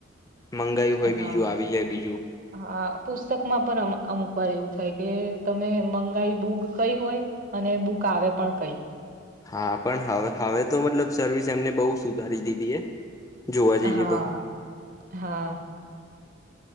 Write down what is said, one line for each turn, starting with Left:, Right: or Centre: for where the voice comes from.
Left: મંગાયું હોય
Right: હા
Left: બીજું આવી જાય બીજું
Right: હા પુસ્તકમાં પણ અમ અમુક વાર એવું થાય કે, તમે મંગાઈ બુક કઈ હોય. અને બુક આવે પણ કઈ.
Left: હા, પણ હવે હવે તો મતલબ સર્વિસ એમને બહુ સુધારી દીધી એ. જોવા
Right: હા.
Left: જઈએ તો
Right: હા.